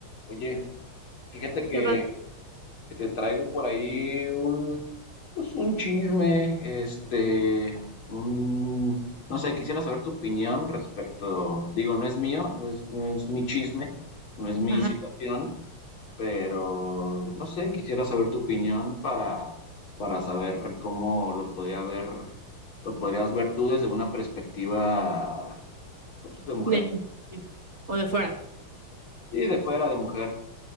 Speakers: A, on the left (about 70°); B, on the right (about 35°).
A: Oye, fíjate que,
B: ¿Qué pasa?
A: que te traigo por ahí un, pues un chisme, este, un- no sé, quisiera saber tu opinión respecto, digo, no es mío, no es, no es mi chisme, no es mi
B: Ajá,
A: situación, pero no sé, quisiera saber tu opinión para, para saber cómo lo podría ver, lo podrías ver tú desde una perspectiva, pues, de mujer,
B: de <laughs> o de fuera.
A: y de fuera de mujer,